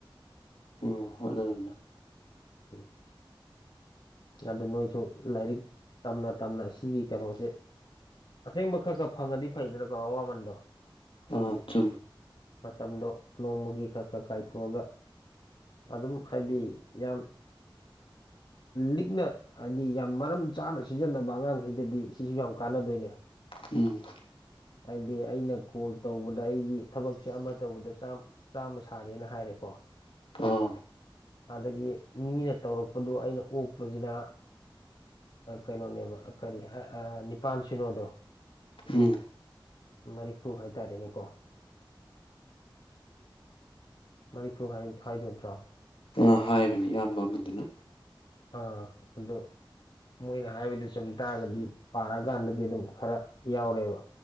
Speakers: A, on the left (about 85°); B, on the left (about 60°).
A: ꯑꯣ ꯍꯣꯠꯅꯔꯒ
B: ꯎꯨꯝ ꯑꯗꯨ ꯃꯣꯏꯁꯨ ꯂꯥꯏꯔꯤꯛ ꯇꯝꯅ ꯇꯝꯅ ꯁꯤꯒꯤ ꯀꯩꯅꯣꯁꯦ ꯑꯁꯦꯡꯕ ꯈꯔ ꯈꯔ ꯐꯪꯉꯗꯤ ꯐꯩꯗꯅꯀꯣ ꯑꯋꯥꯃꯟꯗꯣ
A: ꯑ ꯆꯨꯝ
B: ꯃꯇꯝꯗꯣ ꯅꯣꯡꯃꯨꯒꯤ ꯀꯛ ꯀꯛ ꯀꯥꯏ ꯊꯣꯛꯑꯒ ꯑꯗꯨꯝ ꯍꯥꯏꯗꯤ ꯌꯥꯝ ꯂꯤꯛꯅ ꯍꯥꯏꯗꯤ ꯌꯥꯝ ꯃꯔꯝ ꯆꯥꯅ ꯁꯤꯖꯤꯟꯅꯕ ꯑꯉꯥꯡꯈꯩꯗꯗꯤ ꯁꯤꯁꯨ ꯌꯥꯝ ꯀꯥꯟꯅꯗꯣꯏꯅꯦ
A: ꯎꯨꯝ
B: ꯍꯥꯏꯗꯤ ꯑꯩꯅ ꯀꯣꯜ ꯇꯧꯕꯗ ꯑꯩꯒꯤ ꯊꯕꯛꯁꯦ ꯑꯃ ꯇꯧꯕꯗ ꯆꯥꯝ ꯆꯥꯝꯃ ꯁꯥꯔꯦꯅ ꯍꯥꯏꯔꯦꯀꯣ
A: ꯑꯣ
B: ꯑꯗꯒꯤ ꯃꯤꯅ ꯇꯧꯔꯛꯄꯗꯨ ꯑꯩꯅ ꯑꯣꯛꯄꯁꯤꯅ ꯀꯩꯅꯣꯅꯦꯕ ꯀꯔꯤ ꯅꯤꯄꯥꯟ ꯁꯤꯅꯣꯗꯣ
A: ꯎꯝ
B: ꯃꯔꯤꯐꯨ ꯍꯥꯏꯇꯥꯔꯦꯅꯦꯀꯣ ꯃꯅꯤꯄꯨꯔ ꯍꯥꯏꯗꯣꯏ ꯅꯠꯇ꯭ꯔꯣ
A: ꯑ ꯍꯥꯏꯕꯅꯤ ꯑꯌꯥꯝꯕ ꯑꯃꯗꯨꯅ
B: ꯑꯥ ꯑꯗꯣ ꯃꯣꯏꯅ ꯍꯥꯏꯕꯗꯨꯁꯨ ꯆꯨꯝ ꯇꯥꯔꯒꯗꯤ ꯄꯥꯔꯛꯑꯀꯥꯟꯗꯗꯤ ꯑꯗꯨꯝ ꯈꯔ ꯌꯥꯎꯔꯦꯕ